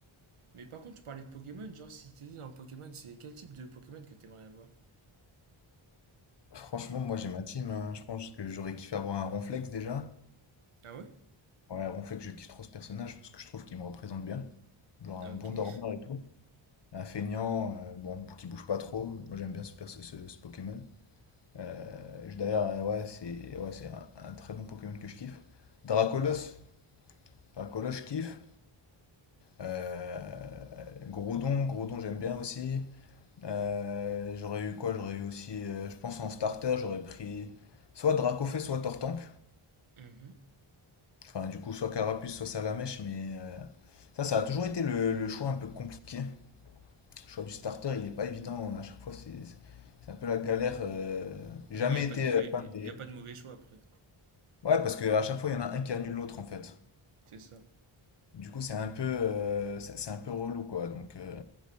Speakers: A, on the right; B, on the left.
A: Mais par contre, tu parlais de Pokémon, genre si t'étais dans Pokémon, c'est quel type de Pokémon que t'aimerais avoir
B: Franchement, moi j'ai ma team, hein. Je pense que j'aurais kiffé avoir un Ronflex déjà.
A: Ah ouais
B: Ouais, Ronflex, je kiffe trop ce personnage parce que je trouve qu'il me représente bien. Genre un
A: Ah, Ok.
B: bon dormeur et tout. un feignant, euh, bon, qui bouge pas trop. Moi, j'aime bien ce, perso- ce, ce Pokémon. Euh, je- D'ailleurs, euh, ouais, c'est ouais, c'est un, un très bon Pokémon que je kiffe. Dracolos, Dracolos, je kiffe. Euh, Groudon, Groudon, j'aime bien aussi. Euh, j'aurais eu quoi? J'aurais eu aussi, euh, je pense en starter, j'aurais pris soit Dracofeu, soit Tortank.
A: Mhm.
B: Enfin, du coup, soit Carapuce, soit Salamèche, mais euh, ça, ça a toujours été le, le choix un peu compliqué. Le choix du starter, il n'est pas évident. À chaque fois, c'est c'est un peu la galère. euh, J'ai
A: Mais
B: jamais
A: bon, il n'y a, pas
B: été
A: de mauvais-
B: euh, fan des.
A: y a pas de mauvais choix après.
B: Ouais, parce qu'à chaque fois, il y en a un qui annule l'autre, en fait.
A: C'est ça.
B: Du coup, c'est un peu, euh, c'est c'est un peu relou, quoi. Donc, euh,